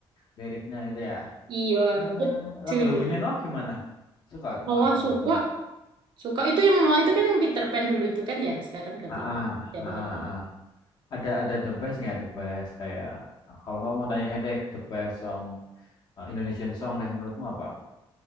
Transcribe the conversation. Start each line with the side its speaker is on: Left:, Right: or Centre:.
Left: liriknya gitu ya.
Right: Iya,
Left: Ya
Right: betul
Left: lagu-lagunya
Right: itu.
Left: Noah gimana? Suka
Right: Noah
Left: Noah, Noah,
Right: suka,
Left: Noah.
Right: suka itu yang Noah itu kan yang Peter Pan dulu itu kan ya, sekarang ganti
Left: Ah,
Right: ini.
Left: ah,
Right: Ya
Left: ah, ah,
Right: bener tuh.
Left: ah. Ada ada the best nggak the best kayak ah, kalau nggak aku mau tanya deh the best song eh, Indonesian song deh menurutmu apa?